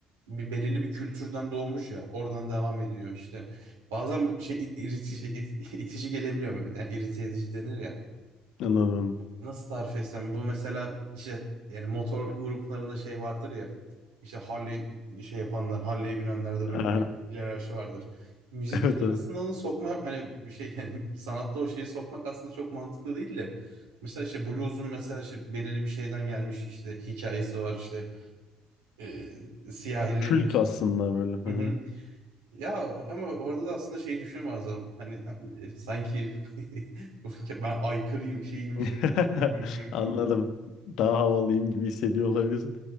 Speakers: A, on the right; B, on the left.
A: Bir belirli bir kültürden doğmuş ya oradan devam ediyor işte. Bazen bir şey it- itici, it- itici gelebiliyor. Yani irite edici denir ya.
B: Anladım.
A: nasıl tarif etsem bu mesela işte yani motor gruplarında şey vardır ya işte Harley şey yapanlar Harley'e binenlerde böyle
B: Aha,
A: bir hiyerarşi vardır. Müzik
B: <laughs> evet
A: dünyasında
B: evet.
A: onu sokma hani bir şey yani <laughs> sanatta o şeyi sokmak aslında çok mantıklı değil de mesela işte blues'un mesela işte belirli bir şeyden gelmiş işte hikayesi var işte e, siyahilerin
B: Kült aslında böyle. Aha.
A: Hı hı. Ya ama orada da aslında şeyi düşünüyorum Azam. Hani e, sanki <laughs> ben aykırıyım şeyiymiş
B: <laughs>
A: gibi. şeymiş gibi.
B: Anladım. Daha havalıyım gibi hissediyor olabilirsin.